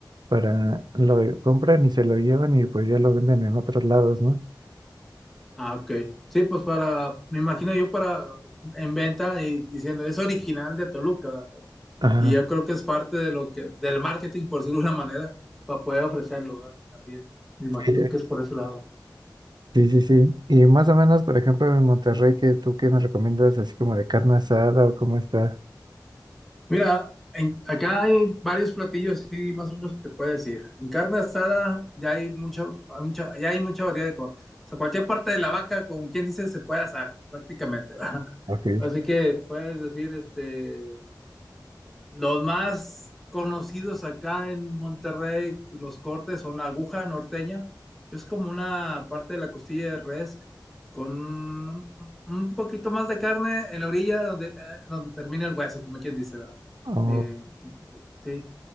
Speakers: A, on the right; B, in the centre.
A: para lo compran y se lo llevan y pues ya lo venden en otros lados, ¿no?
B: Ah, ok. Sí, pues para, me imagino yo para en venta y diciendo, es original de Toluca.
A: Ajá.
B: Y yo creo que es parte de lo que, del marketing, por decirlo de una manera, para poder ofrecerlo, ¿verdad? También. Me imagino
A: Sí,
B: que es por ese lado.
A: sí, sí. sí. Y más o menos, por ejemplo, en Monterrey, ¿qué tú qué me recomiendas así como de carne asada o cómo está?
B: Mira, en- acá hay varios platillos, sí, más o menos que te puedo decir. En carne asada ya hay mucha, hay mucha, ya hay mucha variedad de cortes. O sea, cualquier parte de la vaca, como quien dice, se puede asar prácticamente, <laughs> ¿verdad?
A: Ok.
B: Así que puedes decir, este, Los más conocidos acá en Monterrey, los cortes son aguja norteña. Es como una parte de la costilla de res con un, un poquito más de carne en la orilla donde, eh, donde termina el hueso, como quien dice. ¿verdad?
A: Oh,
B: De, sí.